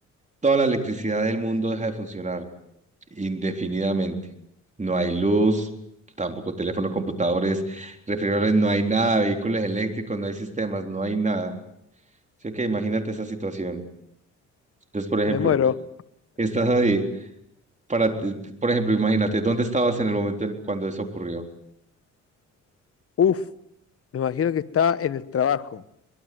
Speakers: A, on the right; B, on the left.
A: toda la electricidad del mundo deja de funcionar indefinidamente. No hay luz, tampoco teléfono, computadores, refrigeradores, no hay nada, vehículos eléctricos, no hay sistemas, no hay nada. Así que imagínate esa situación. Entonces, por ejemplo,
B: Me muero.
A: estás ahí, para, ti- por ejemplo, imagínate, ¿dónde estabas en el momento en cuando eso ocurrió?
B: Uf, me imagino que está en el trabajo.